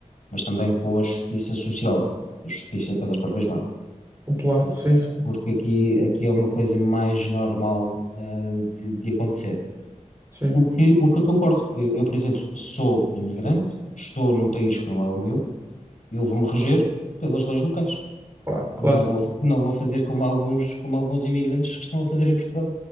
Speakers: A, on the left; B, on the right.
A: mas também com a justiça social, a justiça pelas próprias mãos.
B: popular,
A: Por-
B: sim, sim,
A: porque aqui, aqui é uma coisa mais normal ah, de, de acontecer.
B: sim.
A: O que, o que eu concordo, eu, eu, por exemplo, sou imigrante, estou num país que não é o meu, eu vou-me reger pelas leis locais.
B: Claro, claro.
A: Não vou, não vou fazer como alguns, como alguns imigrantes que estão a fazer em Portugal,